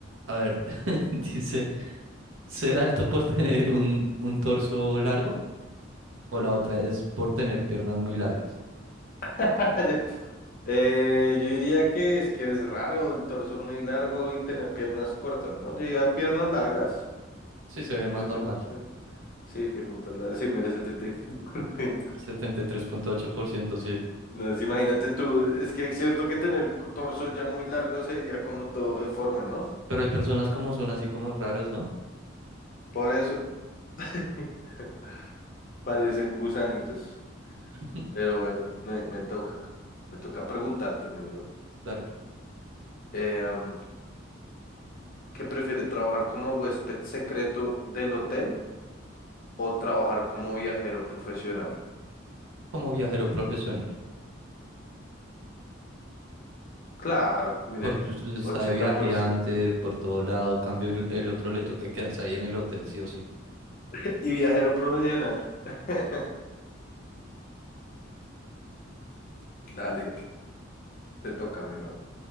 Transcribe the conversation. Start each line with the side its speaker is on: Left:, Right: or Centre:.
Right: A ver, <laughs> dice, ¿ser alto por <laughs> tener un, un torso largo? O la otra es por tener piernas muy largas.
Left: <laughs> Eh, yo diría que es que es raro el torso muy largo y tener piernas cortas, ¿no? Yo diría piernas largas.
Right: Sí, se ve más
Left: Prefiero.
Right: normal.
Left: te- Sí, piernitas largas. Sí, mire, 73%. <laughs>
Right: Setenta y tres punto ocho por ciento sí.
Left: No, es- imagínate tú. Es que es cierto que tener el cu- torso ya muy largo sería como todo deforme, ¿no?
Right: Pero hay personas como son así como raras, ¿no?
Left: Por eso <laughs> parecen gusanitos.
Right: <laughs>
Left: Pero bueno, me, me toca. Me toca preguntarte, mi brother.
Right: Dale.
Left: Em, ¿qué prefiere, trabajar como huésped secreto del hotel o trabajar como viajero profesional?
Right: Como viajero profesional.
Left: Claro, mire,
Right: Porque usted está
Left: ochenta
Right: de viaje
Left: por ciento
Right: antes, por todo lado. Cambio, el, el otro le toca quedarse ahí en el hotel, sí o sí.
Left: <laughs> Y viajero profesional. <laughs> Dale, te toca, mi bro.